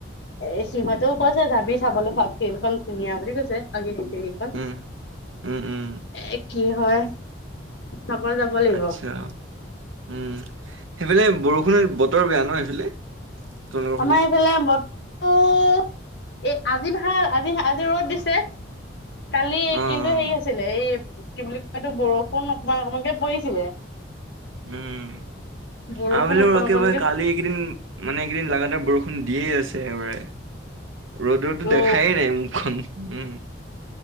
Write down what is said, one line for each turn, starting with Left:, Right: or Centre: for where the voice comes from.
Left: এ সিহঁতেও কৈছে যাবি চাবলৈ চাওক চ ধুনীয়া বুলি কৈছে। ক
Right: উম উম উম
Left: এ কি হয় চাবলে যাব লাগিব
Right: আচ্ছা উম সেইফালে বৰষুণত বতৰ বেয়া ন সেইফালে তোমালোকৰ ফালে
Left: আমাৰ এইফালে বত অ এ আজি ভাল আজি আজি ৰ'দ দিছে কালি
Right: অ', অ',
Left: কিন্তু হেৰি আছিলে এই কি বুলি কয় তটো বৰষুণ অকমান অকমানকে পৰিছিলে
Right: উম
Left: বৰষুণ
Right: আও বেলি
Left: অকণ অকণকে
Right: কালি এইেইদিন মানে এইকেইদিন লাগাতাৰ বৰষুণ দিয়েই আছে একবাৰে ৰ'দ ৰ'দটো
Left: অ
Right: দেখাই নাই মুখখন উম